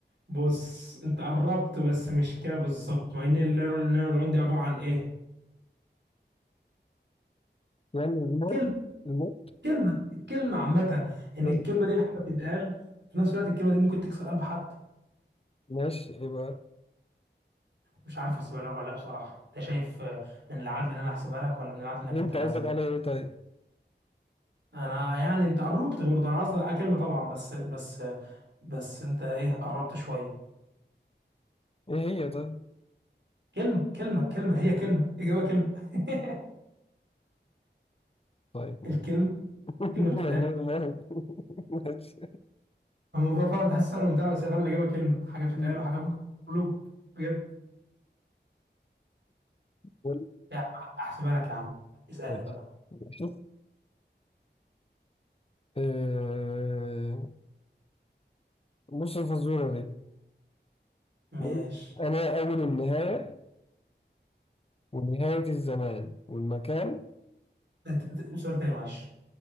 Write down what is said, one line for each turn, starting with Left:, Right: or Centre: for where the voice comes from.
Right: بص انت قربت بس مش كده بالظبط مع ان النيورون دي عباره عن ايه؟
Left: يعني الموت
Right: كلمه
Left: الموت
Right: كلمه الكلمه عامه ان
Left: ماشي
Right: الكلمه دي حاجه بتتقال في نفس الوقت الكلمه دي ممكن تكسر قلب حد
Left: ماشي إيه بقى
Right: مش عارف احسبها لك ولا لا بصراحه انت شايف آه، من العدل ان انا احسبها لك ولا من العدل انك
Left: اللي
Right: تتنازل؟
Left: أنت قصدك على إيه طيب
Right: انا يعني انت قربت برضه انا قصدي كلمه طبعا بس بس آه، بس انت ايه قربت شويه
Left: إيه هي طيب
Right: كلمه كلمه كلمه هي كلمه اجابه كلمه <laughs>
Left: طيب ماشي
Right: الكلمه
Left: <laughs> والله
Right: كلمه بتتقال
Left: ما <laughs> أعرف. ماشي
Right: الموضوع فعلا تحس سهل وممتع بس هي فعلا الإجابة كلمة حاجة بتتقال
Left: مم.
Right: وحاجة ممكن تقوله بجد
Left: ولا-
Right: يا عم أحسبها لك يا عم اسألني
Left: ماشي
Right: بقى
Left: ماشي آه، بص الفزورة دي
Right: ماشي
Left: بقول لك أنا أول النهاية ونهاية الزمان والمكان
Right: ت- ت- سؤال تاني معلش